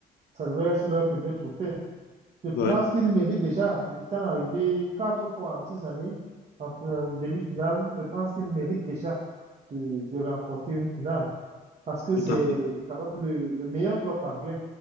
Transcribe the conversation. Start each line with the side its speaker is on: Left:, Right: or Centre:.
Right: Ça devait être leur premier trophée. Je
Left: Ouais,
Right: pense qu'il mérite déjà, étant arrivé quatre fois en six années en, en demi-finale, je pense qu'il mérite déjà de, de remporter une finale parce que c'est
Left: tout à fait.
Right: quand même le, le meilleur club anglais,